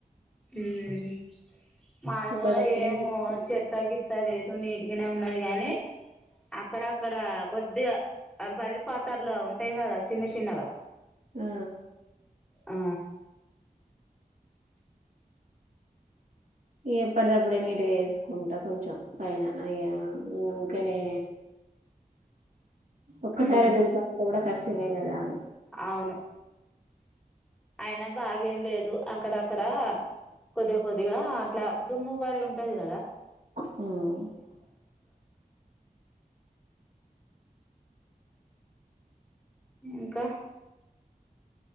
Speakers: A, in the centre; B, on the right.
A: మ్ మాద్
B: ఎప్పటిదప్పుడే
A: గుడా ఏం
B: తుడుసుకుంటా
A: చెత్తగిత్తా లేదు నీ గనే ఉన్నది గానీ అక్కడక్కడా కొద్దిగా అ బల్లి పాతర్ల ఉంటాయ్ గదా చిన్న చిన్నగా
B: ఆ
A: ఆ
B: ఎప్పటిదప్పుడే నీట్గా చేసుకుంటా కొంచెం పైన అయ్యా ఊకనే ఒక్కసారె
A: హ్మ్
B: దులపాల్ అంటె గుడ కష్టమే గదా
A: అవును అయినా బాగేం లేదు అ అక్కడక్కడా కొద్దిగా కొద్దిగా అట్లా దుమ్ము పడి ఉంటది గదా
B: మ్
A: ఇంకా